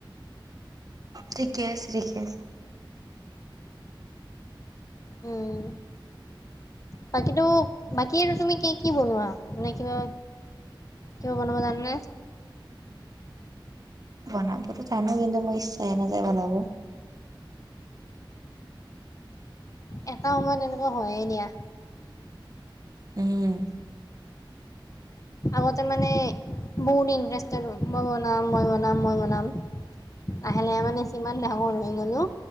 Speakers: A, on the right; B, on the left.
A: ঠিকে আছে -ঠিকে আছে।
B: উম, বাকীতো বাকী এইটো তুমি কি কি বনোৱা মানে কিবা কিবা বনাব জানানে?
A: বনাবতো জানো কিন্তু মোৰ ইচ্ছাহে নাযায় বনাব।
B: এটা সময়ত এনেকুৱা হৈয়ে দিয়া।
A: উম
B: আগতে মানে বহুত ইণ্টাৰেষ্টেত মই বনাম -মই বনাম- মই বনাম। আহে লাহে মানে যিমান ডাঙৰ হৈ গ'লো